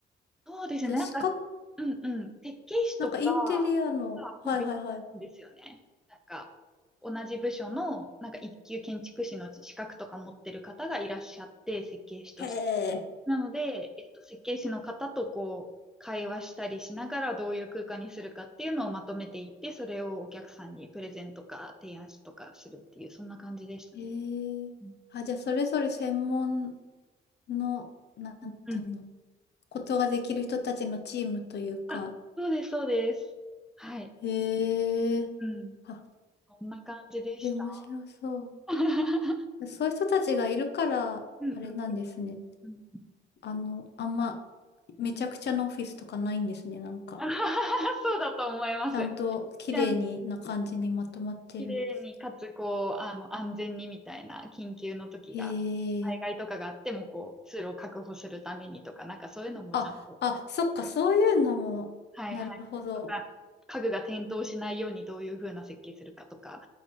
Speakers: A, in the centre; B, on the left.
A: そうですね。
B: じゃあ、
A: なんか、
B: 資格、
A: うんうん。設計士とかは
B: なんかインテリアの、はいはいはい。
A: もう別にいるんですよね。なんか、同じ部署の、なんか一級建築士の資格とか持ってる方がいらっしゃって、設計士として
B: へえ、
A: なので、えっと、設計士の方とこう、会話したりしながらどういう空間にするかっていうのをまとめていって、それをお客さんにプレゼントか提案しとかするっていう、そんな感じでしたね。
B: へえ、
A: うん
B: あ、じゃあ、それぞれ専門の、なんていうの、
A: うん。
B: ことができる人たちのチームというか、
A: あ、そうです、そうです。はい。
B: へえ、
A: うん。
B: あ、
A: こんな感じでした。
B: え、面白そう。
A: <laughs>
B: そういう人たちがいるから、
A: うんうん。
B: あれなんですね。
A: うんうん
B: あの、あんま、めちゃくちゃなオフィスとかないんですね、なんか。
A: あははは <laughs> そうだと思います。
B: ちゃんと綺麗にな感じにまとまってるんです。
A: じゃあ綺麗に、かつ、こう、あの、安全にみたいな、緊急の時が、
B: へ
A: 災害とかがあっても、
B: え。
A: こう、通路を確保するためにとか、なんかそういうのもちゃんと、
B: あ、あ、そっか、そういうのも、
A: はいはい、
B: なるほど。
A: とか、家具が転倒しないようにどういう風な設計するかとか、